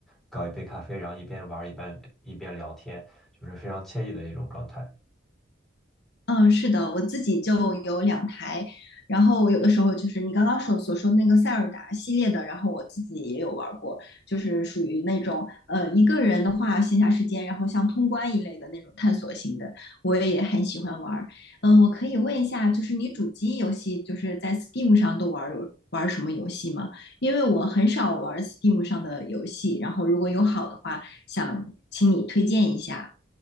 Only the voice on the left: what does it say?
嗯，是的，我自己就有两台，然后我有的时候就是你刚刚所所说的那个塞尔达系列的，然后我自己也有玩过，就是属于那种呃一个人的话，闲暇时间，然后像通关一类的那种探索型的，我也很喜欢玩儿。嗯、我可以问一下，就是你主机游戏就是在 Steam 上都玩儿有玩儿什么游戏吗？因为我很少玩儿 Steam 上的游戏，然后如果有好的话，想请你推荐一下。